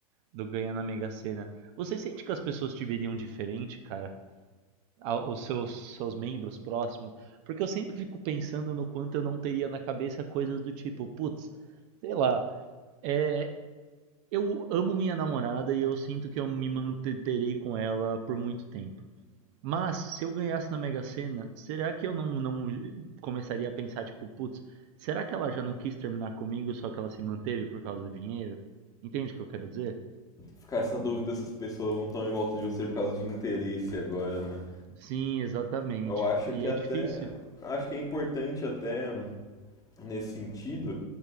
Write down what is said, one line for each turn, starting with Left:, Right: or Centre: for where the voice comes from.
Right: do ganhar na Mega Sena. Você sente que as pessoas te veriam diferente, cara? ao- aos seus, seus membros próximos, porque eu sempre fico pensando no quanto eu não teria na cabeça coisas do tipo, putz, sei lá, é, eu amo minha namorada e eu sinto que eu me manterei com ela por muito tempo. Mas se eu ganhasse na Mega Sena, será que eu não, não começaria a pensar, tipo, putz, será que ela já não quis terminar comigo, só que ela se manteve por causa do dinheiro? Entende o que eu quero dizer?
Left: Ficar essa dúvida, essas pessoas não estão em volta de você por causa de interesse agora, né?
Right: Sim, exatamente.
Left: Eu acho
Right: E
Left: que
Right: é
Left: até.
Right: difícil,
Left: Acho que é importante até nesse sentido